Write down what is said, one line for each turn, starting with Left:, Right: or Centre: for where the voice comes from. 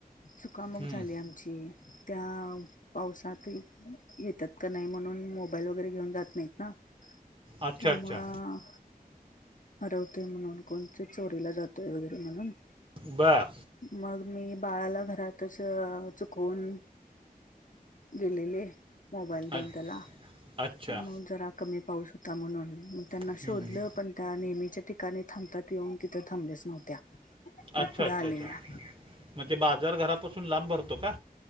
Left: चुकामुक
Right: हम्म,
Left: झाली आमची त्या पावसाती येतात का नाही म्हणून मोबाईल वगैरे घेऊन जात नाहीत ना.
Right: अच्छा
Left: त्यामुळं.
Right: अच्छा
Left: हरवतोय म्हणून, कोणतर चोरीला जातोय वगैरे म्हणून.
Right: बर!
Left: मग मी बाळाला घरातच चुकवून. गेलेले. मोबाईल देऊन
Right: अच-
Left: त्याला,
Right: अच्छा
Left: मग जरा कमी पाऊस होता म्हणून, त्यांना
Right: हम्म,
Left: शोधलं, पण त्या नेहमीच्या ठिकाणी थांबतात येऊन तिथं थांबल्याच नव्हत्या. मग
Right: अच्छा
Left: फुडं
Right: अच्छा
Left: आलेल्या.
Right: अच्छा मग ते बाजार घरापासून लांब भरतो का